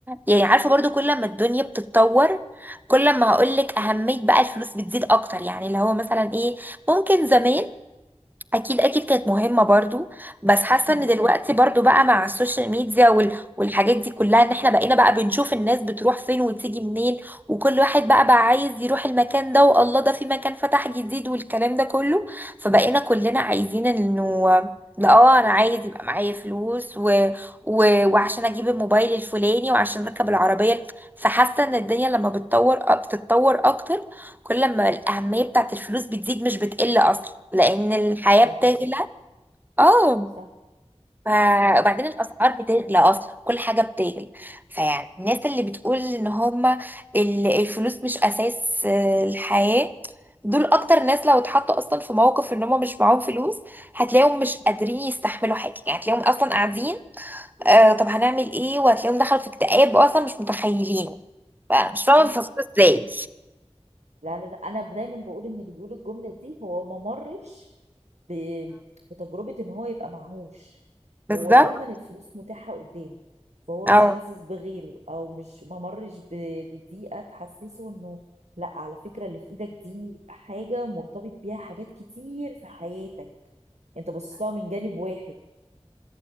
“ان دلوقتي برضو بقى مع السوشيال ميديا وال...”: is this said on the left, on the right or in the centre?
Right